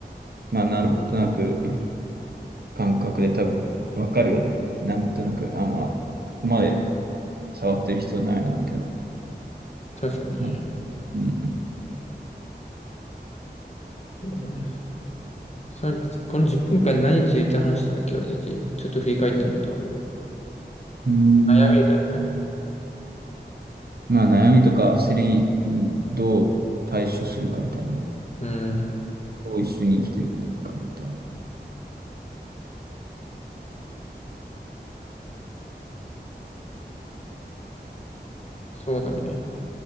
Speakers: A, on the right; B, on the left.
A: まあなんとなく感覚で多分わかるよね。なんとなく、あ、まあ、ここまで触ってる必要ないな、みたいな。
B: 確かにね。
A: なうん
B: そうね。さ、この10分間何について話したんだっけ、俺たち。ちょっと振り返ってみると。
A: うん。うーん。
B: 悩みみたいなね。
A: まあ悩みとか焦りにどう対処するかみたいな。
B: うん。
A: どう一緒に生きていくのかみたいな。
B: そうだね。